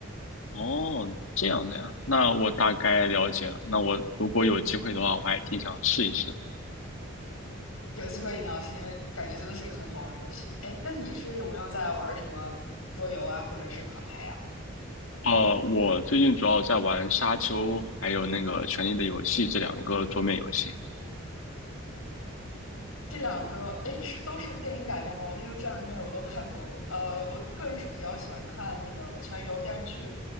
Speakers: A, on the left (about 70°); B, on the left (about 90°).
A: 哦，这样的呀，那我大概了解了。那我如果有机会的话，我还挺想试一试的。
B: 有机会一定要试，因为感觉真的是个很好玩的游戏。哎，那你是有没有在玩什么桌游啊，或者是卡牌啊？
A: 呃，我最近主要在玩《沙丘》还有那个《权力的游戏》这两个桌面游戏。
B: 这两个，诶，是都是电影改编吗？因为这两个电影我都看过。呃，我个人是比较喜欢看那个《全游》电视剧。